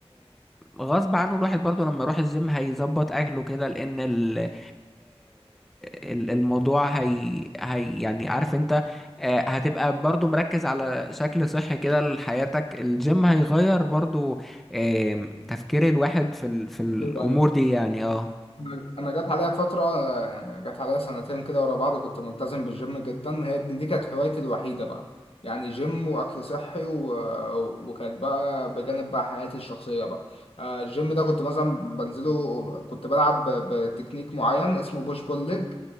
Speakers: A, in the centre; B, on the left.
A: غصب عنه الواحد برضه لما يروح الجيم هيظبط اكله كده لان ال آه، ال- الموضوع هي هي يعني عارف انت آه، هتبقى برضه مركز على شكل صحي كده لحياتك الجيم هيغير برضه آم، تفكير الواحد في ال- في الامور
B: ايوه ايوه
A: دي يعني اه
B: انا أنا جت عليا فتره يعني جت عليا سنتين كده ورا بعض كنت ملتزم بالجيم جدا هي دي كانت هوايتي الوحيده بقى يعني جيم واكل صحي و... وكانت بقى بجانب بقى حياتي الشخصيه بقى آه، الجيم ده كنت مثلا بنزله كنت بلعب ب- بتكنيك معين اسمه بوش بول ليج